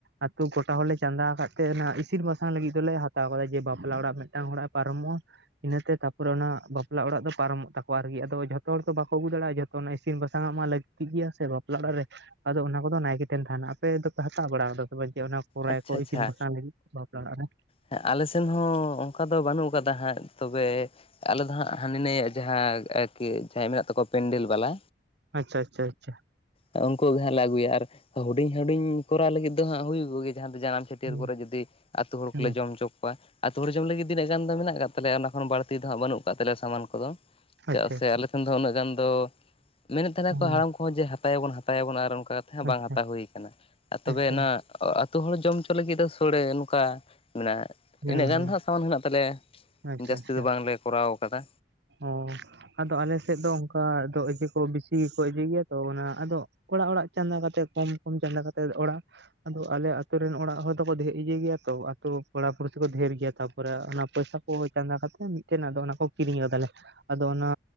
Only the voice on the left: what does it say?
ᱟᱪᱪᱷᱟ
ᱟᱪᱪᱷᱟ
ᱦᱮᱸ ᱟᱞᱮ ᱥᱮᱱ ᱦᱚᱸ ᱚᱱᱠᱟ ᱫᱚ ᱵᱟᱹᱱᱩᱜ ᱟᱠᱟᱫᱟ ᱦᱟᱸᱜ ᱛᱚᱵᱮᱼᱼ ᱟᱞᱮ ᱫᱚ ᱦᱟᱸᱜ ᱦᱟᱹᱱᱤ ᱱᱟᱹᱭᱟᱜ ᱡᱟᱦᱟᱸᱠᱤ ᱡᱟᱦᱟᱸᱭ ᱢᱮᱱᱟᱜ ᱛᱟᱠᱚᱣᱟ ᱯᱮᱱᱰᱮᱞ ᱵᱟᱞᱟ᱾
ᱩᱱᱠᱩ ᱜᱮ ᱦᱟᱸᱜ ᱞᱮ ᱟᱹᱜᱩᱭᱟ ᱟᱨ ᱦᱩᱰᱤᱧ ᱦᱩᱰᱤᱧ ᱠᱚᱨᱟᱣ ᱞᱟᱹᱜᱤᱫ ᱫᱚ ᱦᱟᱸᱜ ᱦᱩᱭ ᱠᱚᱜᱮ ᱡᱟᱦᱟᱸ ᱫᱚ ᱡᱟᱱᱟᱢᱼᱼ ᱪᱷᱟᱹᱴᱭᱟᱹᱨ
ᱠᱚᱨᱮ ᱡᱩᱫᱤ ᱟᱛᱳ ᱦᱚᱲ ᱠᱚᱞᱮ
ᱡᱚᱢ ᱦᱚᱪᱚ ᱠᱚᱣᱟ ᱟᱛᱳ ᱦᱚᱲ ᱡᱚᱢ ᱞᱟᱹᱜᱤᱫ ᱛᱤᱱᱟᱹᱜ ᱜᱟᱱ ᱫᱚ ᱢᱮᱱᱟᱜ ᱠᱟᱫ ᱚᱱᱟ ᱠᱷᱚᱱ ᱵᱟᱹᱲᱛᱤ ᱫᱚ ᱵᱟᱹᱱᱩᱜ ᱠᱟᱜ ᱛᱟᱞᱮᱭᱟ ᱥᱟᱢᱟᱱ ᱠᱚᱫᱚ ᱪᱮᱫᱟᱜ
ᱥᱮ ᱟᱞᱮ ᱴᱷᱮᱱ ᱫᱚ ᱩᱱᱟᱹᱜ ᱜᱟᱱ ᱫᱚ ᱢᱮᱱᱮᱫ ᱛᱟᱦᱮᱱᱟᱠᱚ
ᱦᱟᱲᱟᱢ ᱠᱚᱦᱚᱸ ᱡᱮ ᱦᱟᱛᱟᱭᱟᱵᱚᱱ ᱦᱟᱛᱟᱭᱟᱵᱚᱱ ᱟᱨ ᱚᱱᱠᱟ ᱠᱟᱛᱮ ᱦᱚᱸ
ᱵᱟᱝ ᱦᱟᱛᱟᱣ ᱦᱩᱭ ᱠᱟᱱᱟ ᱛᱚᱵᱮ
ᱚᱱᱟ᱾ ᱟᱹᱛᱩ ᱦᱚᱲ ᱡᱚᱢ ᱦᱚᱪᱚ ᱞᱟᱹᱜᱤᱫ ᱫᱚ ᱥᱳᱲᱮ ᱱᱚᱝᱠᱟ <inaudible>
ᱤᱱᱟᱹᱜ
ᱜᱟᱱ ᱫᱚ ᱥᱟᱢᱟᱱ ᱦᱮᱱᱟᱜ ᱛᱟᱞᱮᱭᱟ
ᱡᱟᱹᱥᱛᱤ
ᱫᱚ ᱵᱟᱝᱞᱮ ᱠᱚᱨᱟᱣ ᱟᱠᱟᱫᱟ᱾